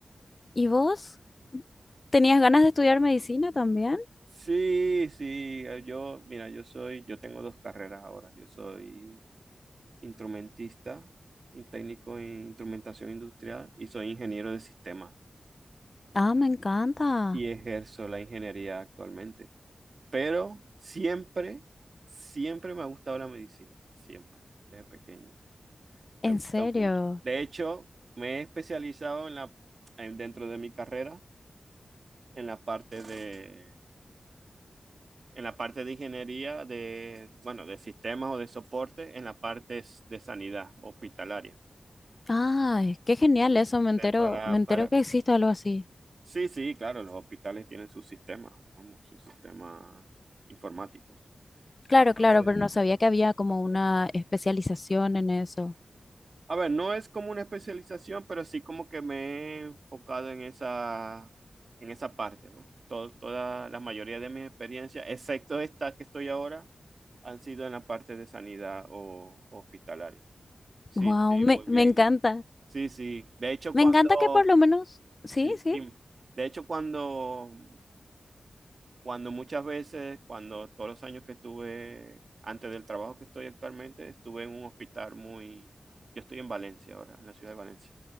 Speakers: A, on the left (about 40°); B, on the right (about 60°).
A: ¿Y vos? ¿Tenías ganas de estudiar medicina también?
B: Sí, sí, eh, yo, mira, yo soy, yo tengo dos carreras ahora. Yo soy instrumentista, un técnico en instrumentación industrial y soy ingeniero de sistemas
A: Ah, me encanta.
B: y ejerzo la ingeniería actualmente. Pero siempre, siempre me ha gustado la medicina, siempre, desde pequeño.
A: En
B: Me gusta
A: serio.
B: mucho. De hecho, me he especializado en la, en- dentro de mi carrera en la parte de, en la parte de ingeniería de, bueno, de sistemas o de soporte, en la parte s- de sanidad hospitalaria.
A: Ay, qué genial eso. Me entero,
B: Eh, Para,
A: me entero
B: para...
A: que existe algo así.
B: Sí, sí, claro, los hospitales tienen sus sistemas, vamos, sus sistemas informáticos.
A: Claro,
B: Entonces,
A: claro, pero no sabía que había como una especialización en eso.
B: A ver, no es como una especialización, pero sí como que me he enfocado en esa, en esa parte, ¿no? Todo- toda la mayoría de mis experiencias, excepto esta que estoy ahora, han sido en la parte de sanidad o hospitalaria. Sí,
A: Wow,
B: sí,
A: me,
B: muy
A: me
B: bien.
A: encanta.
B: Sí, sí. De hecho,
A: Me
B: cuando,
A: encanta que por lo menos. Sí,
B: sí,
A: sí.
B: dime. De hecho, cuando, cuando muchas veces, cuando todos los años que estuve antes del trabajo que estoy actualmente, estuve en un hospital muy, yo estoy en Valencia ahora, en la ciudad de Valencia